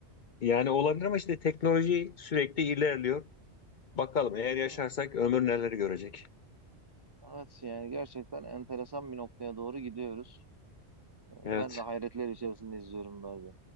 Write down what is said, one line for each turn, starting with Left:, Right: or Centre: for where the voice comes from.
Left: Yani olabilir ama işte teknoloji sürekli ilerliyor. Bakalım eğer yaşarsak
Right: Evet.
Left: ömür neleri görecek.
Right: Evet yani gerçekten enteresan bir noktaya doğru gidiyoruz. E,
Left: Evet.
Right: Ben de hayretler içerisinde izliyorum bazen.